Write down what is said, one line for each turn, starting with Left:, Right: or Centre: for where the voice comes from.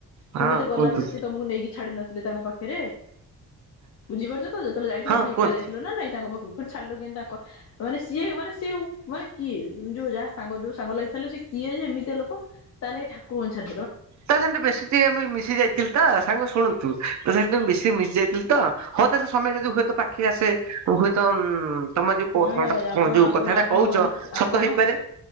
Left: ତୁମେ
Right: ହଁ
Left: ତ ଗଲା
Right: କୁହନ୍ତୁ
Left: ବେଳେ ସେ ତମକୁ ନେଇକି ଛାଡି ନଥିଲେ ତାଙ୍କ ପାଖରେ ପାଖରେ ବୁଝିପାରୁଛ ତ ଯେତେବେଳେ ଯାଇଥିଲ
Right: ହଁ
Left: ପୁଣି ଏକା
Right: କୁହନ୍ତୁ
Left: ଯାଇଥିଲ ନା ନାଇଁ ତାଙ୍କ ପାଖକୁ ଉପ ଛାଡ଼ିଲୁ କିନ୍ତୁ ତାଙ୍କ ମାନେ ସିଏ ମାନେ ସିଉ ମାନେ କିଏ ଯୋଉ ଯାହା ସାଙ୍ଗ ଯୋଉ ସାଙ୍ଗ ଲାଗି ସିଏ କିଏ ଯେ ଏମିତି ଲୋକ ତାହେଲେ ଠାକୁରଙ୍କୁ ଛାଡି
Right: ତ ସେମିତି ବେଶୀ ଟିକେ ଆ ମିଶି ଯାଇଥିଲି ତ ସାଙ୍ଗ ଶୁଣନ୍ତୁ ତ ସେମିତି ମିଶି ଯାଇଥିଲ ତ ହଉ ତ ସେ ସମୟରେ ଯଦି ହୁଏତ ପାଖି ଆସେ ହୁଏତ ଉ ତମେ ଯୋଉ
Left: ନା ନା ଭାଇ ଆପଣ
Right: ଯୋଉ
Left: ଆପଣ
Right: କଥାଟା
Left: ଆପଣଙ୍କର
Right: କହୁଛ
Left: ଆପଣ
Right: ସତ ହେଇପାରେ।